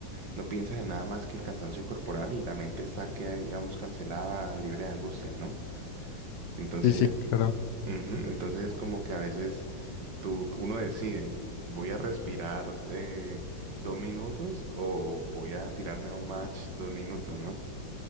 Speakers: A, on the right; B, on the left.
A: no piensas en nada más que el cansancio corporal y la mente está que, digamos, cancelada, libre de angustia, ¿no? Entonces,
B: Sí, sí, claro.
A: ujú, entonces es como que a veces tú, uno decide, voy a respirar eh, dos minutos o voy a tirarme a un match dos minutos, ¿no?